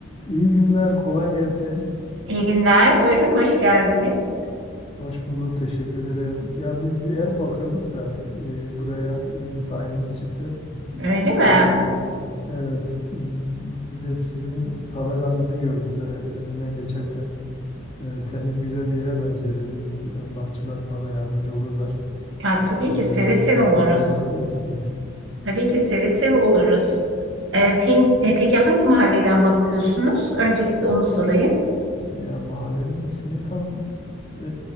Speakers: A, on the left; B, on the right.
A: İyi günler, kolay gelsin.
B: İyi günler. Buyurun, hoş geldiniz.
A: Hoş bulduk, teşekkür ederim. Ya biz bir ev bakıyorduk da e, buraya yeni tayinimiz çıktı.
B: Öyle mi?
A: E, evet, bir de sizin tabelanızı gördüm böyle önümden geçerken. E, temiz, güzel bir yere benziyor dedim. Bu emlakçılar bana yardımcı olurlar.
B: Ya, tabii
A: E,
B: ki seve seve
A: bir yardımcı
B: oluruz.
A: olabilir misiniz?
B: Tabii ki seve seve oluruz. Ee, peki, e, peki hangi mahalleden bakıyorsunuz? Öncelikle onu sorayım.
A: Ya mahallenin ismini tam e,